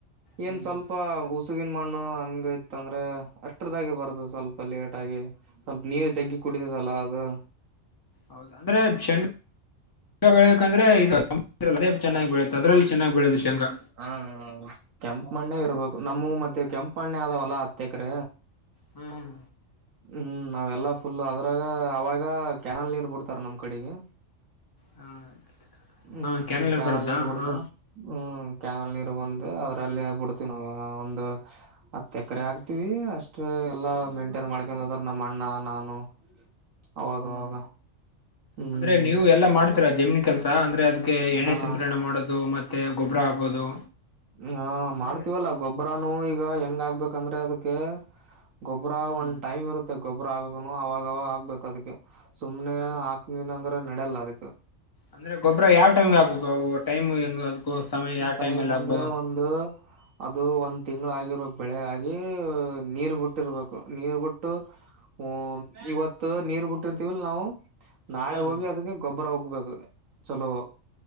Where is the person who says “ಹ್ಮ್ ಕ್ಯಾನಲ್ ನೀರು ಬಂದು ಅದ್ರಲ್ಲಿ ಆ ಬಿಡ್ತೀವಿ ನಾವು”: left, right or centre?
Right